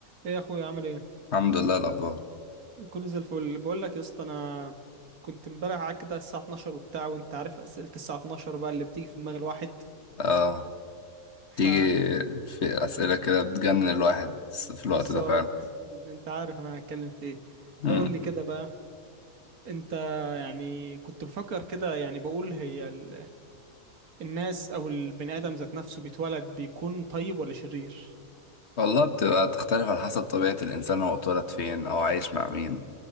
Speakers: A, on the right; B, on the left.
A: ايه يا اخويا عامل ايه
B: الحمد لله الأخبار
A: كله زي الفل بقول لك يا اسطى انا كنت امبارح قاعد كده الساعه 12 وبتاع وانت عارف اسئله الساعه 12 بقى اللي بتيجي في دماغ الواحد
B: اه
A: ف
B: تيجي في أسئلة كده بتجنن الواحد في الوقت
A: بالظبط
B: ده فعلا
A: انت عارف انا هتكلم في ايه فقول
B: مم.
A: لي كده بقى انت يعني كنت بفكر كده يعني بقول هي ال... الناس او البني ادم ذات نفسه بيتولد بيكون طيب ولا شرير
B: والله بتبقى تختلف على حسب طبيعة الإنسان هو اتولد فين أو عايش مع مين